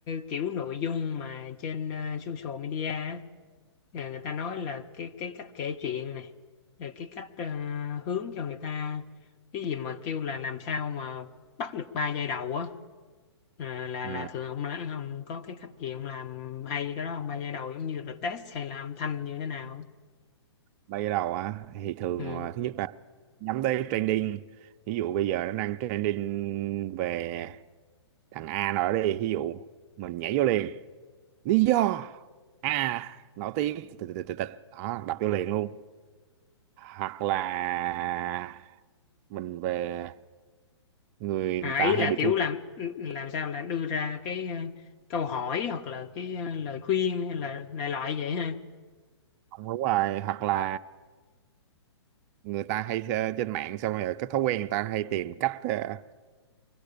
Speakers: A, on the left; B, on the right.
A: kiểu nội dung mà trên ờ, social media á, là người ta nói là cái cái cách kể chuyện này rồi cái cách ờ, hướng cho người ta cái gì mà kêu là làm sao mà bắt được ba giây đầu á ờ, là
B: ừ.
A: là thường ông là ông có cái cách gì ông làm hay cái đó không ba giây đầu giống như là test hay là âm thanh như thế nào
B: Bây giờ đầu á thì thường
A: ừ
B: là thứ nhất là nhắm tới trending ví dụ bây giờ nó đang trending về thằng A nào đó đi ví dụ mình nhảy vô liền lý do A nổi tiếng tịch tịch tịch tịch tịch. đó đập vô liền luôn hoặc là mình về người
A: À,
B: ta
A: ý
B: hay
A: là
B: bị
A: kiểu
B: thu
A: làm làm sao là đưa ra cái ờ, câu hỏi hoặc là cái ờ, lời khuyên hay là đại loại vậy ha.
B: không đúng rồi hoặc là người ta hay ờ, trên mạng xong rồi cái thói quen người ta hay tìm cách ờ,